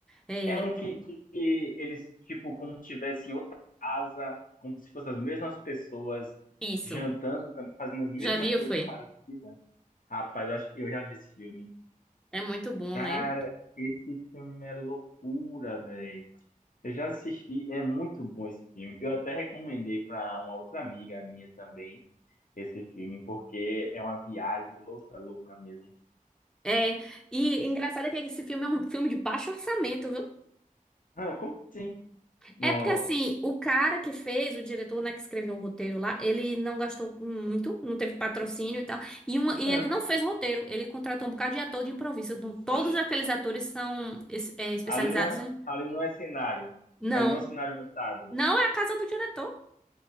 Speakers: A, in the centre; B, on the left.
A: É,
B: é um que, que eles, tipo, como se estivessem em outra casa, como se fossem as mesmas pessoas,
A: isso.
B: jantando, tam- fazendo as mesmas
A: Já viu,
B: coisas
A: foi?
B: parecidas. Rapaz, eu acho que eu já vi esse filme.
A: É muito bom,
B: Cara,
A: né
B: esse filme é loucura, velho. Eu já assisti, é muito bom esse filme. Eu até recomendei para uma outra amiga minha também esse filme, porque é uma viagem louca, louca mesmo.
A: É, e engraçado é que esse filme é um filme de baixo orçamento, viu?
B: Ah, como assim? No...
A: É porque assim, o cara que fez, o diretor, né, que escreveu o roteiro lá, ele não gastou muito, não teve patrocínio e tal, e, uma, e
B: Ah,
A: ele não fez roteiro, ele contratou um bocado de ator de improviso, então todos
B: oxe,
A: aqueles atores são es- é, especializados
B: ali não é,
A: em...
B: ali não é cenário.
A: Não,
B: Ali não é um cenário montado.
A: não é a casa do diretor,